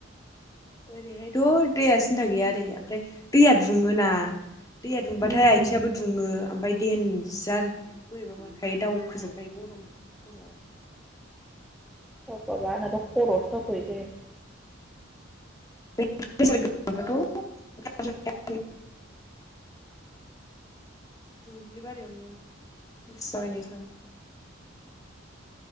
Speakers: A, on the left; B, in the centre.
A: ओरैहायथ' दैया सिन्था गैया दे आरो ओमफ्राय दैया दुङोना । दैया दुंबाथाय
B: उम
A: आयथिंयाबो दुङो ओमफ्राय देनजार बोरैबा मोनखायो दावउखोजोबखायो गरमा खर'आव ।
B: अ बाबा आनाथ' खर'आवसे दावखो हैखायो ।
A: <unintelligible> दुब्लि बारियावनो हुस जालायनाय जायो ।